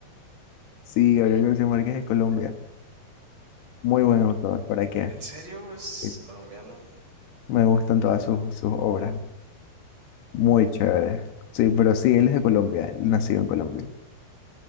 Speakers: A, on the left (about 75°); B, on the right (about 30°).
A: Sí, Gabriel García Márquez es de Colombia. Muy buen autor, ¿para qué?
B: ¿En serio es
A: Sí,
B: colombiano?
A: Me gustan todas sus, sus obras. Muy chévere. Sí, pero sí, él es de Colombia, él nacido en Colombia.